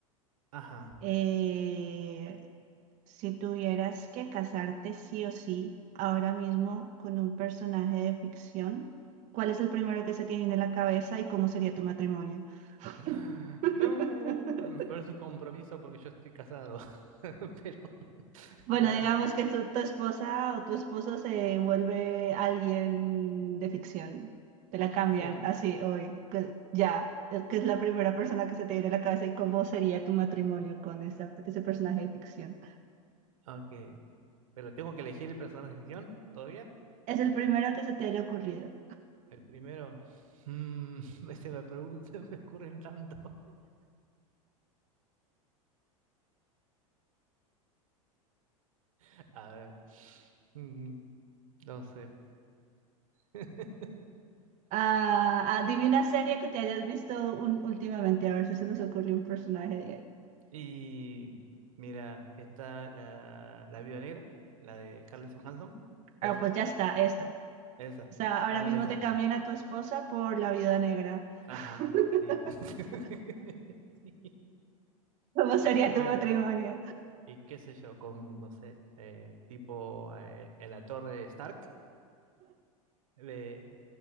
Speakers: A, on the right (about 75°); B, on the right (about 45°).
A: Ajá.
B: Eh, si tuvieras que casarte sí o sí ahora mismo con un personaje de ficción, ¿cuál es el primero que se tiene en la cabeza y cómo sería tu matrimonio? <laughs>
A: <gasps> <laughs> No, me parece un compromiso porque yo estoy casado. <laughs> Pero,
B: Bueno,
A: a ver,
B: digamos que su- tu esposa o tu esposo se vuelve alguien de ficción. Te la
A: de ficción.
B: cambian así hoy, que ya, eh, que es la primera persona que se te viene a la cabeza y cómo sería tu matrimonio con esa- ese personaje de ficción.
A: Ok, Pero tengo que elegir el personaje de ficción todavía.
B: Es el primero que se te haya ocurrido.
A: El primero. Mm, <laughs> se me, produ- <laughs> se me ocurren tanto. <laughs> A ver. mm, no sé. <laughs>
B: Ah, ah, dime una serie que te hayas visto un- últimamente, a ver si se nos ocurre un personaje de ahí.
A: Y mira, está la, la Viuda Negra, la de Scarlett Johansson.
B: Ah,
A: Esa,
B: pues ya está, esta.
A: esa.
B: O sea, ahora
A: Ponele
B: mismo
A: esa.
B: te cambian a tu esposa por la viuda negra.
A: Ajá,
B: <laughs>
A: sí. <laughs> Sí.
B: ¿Cómo sería
A: Y
B: tu
A: bueno,
B: matrimonio?
A: y qué sé yo, con, no sé, eh, tipo eh, en la torre de Stark de,